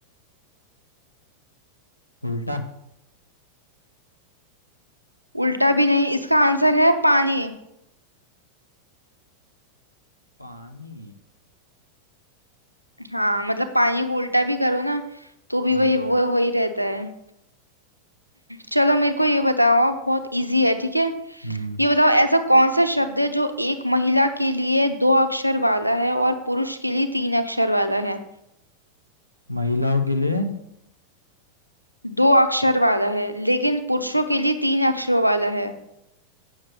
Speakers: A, on the left; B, on the right.
A: उल्टा
B: उल्टा भी नहीं इसका आंसर है पानी
A: पानी
B: हाँ मतलब पानी को उल्टा भी करो ना तो भी
A: हम्म
B: वही वो वही रहता है चलो मेरे को ये बताओ आप बहुत इजी है ठीक है
A: हम्म
B: ये बताओ ऐसा कौन सा शब्द है जो एक महिला के लिए दो अक्षर वाला है और पुरुष के लिए तीन अक्षर वाला है
A: महिलाओं के लिए
B: दो अक्षर वाला है लेकिन पुरुषों के लिए तीन अक्षरों वाला है